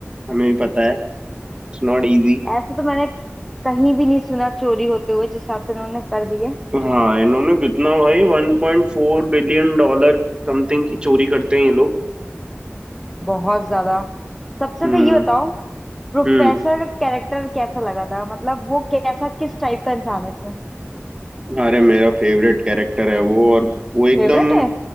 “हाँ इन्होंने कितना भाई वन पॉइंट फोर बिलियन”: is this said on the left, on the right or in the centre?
Right